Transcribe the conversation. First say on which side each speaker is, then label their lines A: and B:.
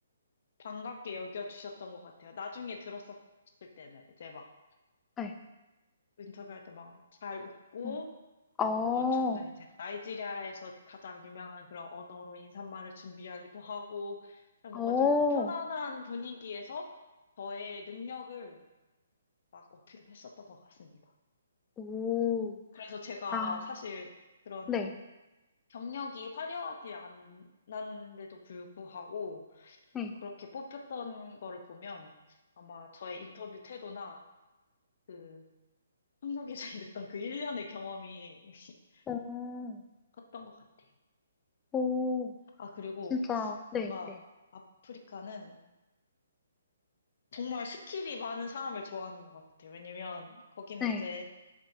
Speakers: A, on the left (about 50°); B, on the left (about 15°).
A: 반갑게 여겨주셨던 것 같아요. 나중에 들었었을 때는 이제 막
B: 네.
A: 인터뷰할 때 막 잘 웃고
B: 음. 어.
A: 뭐 저는 이제 나이지리아에서 가장 유명한 그런 언어로 인사말을 준비하기도 하고 그냥 뭔가
B: 어.
A: 좀 편안한 분위기에서 저의 능력을 막 어필을 했었던 것 같습니다.
B: 오.
A: 그래서 제가
B: 아.
A: 사실 그런
B: 네.
A: 경력이 화려하지 않았는데도 불구하고
B: 네.
A: 그렇게 뽑혔던 거를 보면 아마 저의 인터뷰 태도나 그 한국에서 <laughs> 일했던 그 1년의 경험이 <laughs>
B: 어.
A: 컸던 것 같아요.
B: 오.
A: 아, 그리고
B: 진짜
A: 뭔가
B: 네 네.
A: 아프리카는 정말 스킬이 많은 사람을 좋아하는 것 같아요. 왜냐면 거기는
B: 네.
A: 이제,